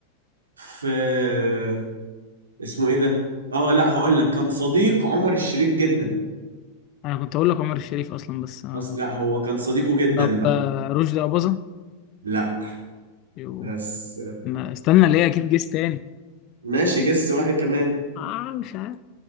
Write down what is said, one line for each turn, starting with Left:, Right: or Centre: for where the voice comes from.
Right: في اسمه ايه ده اه لا هقول لك كان صديق عمر الشريف جدا
Left: انا كنت اقول لك عمر الشريف اصلا بس آه.
Right: أصل لا هو كان صديقه جدا
Left: طب
Right: بقى
Left: آه، رشدي اباظة
Right: لا
Left: يو.
Right: بس
Left: ما استنى ليه اكيد جيس تاني
Right: ماشي جس واحد كمان
Left: اه مش عارف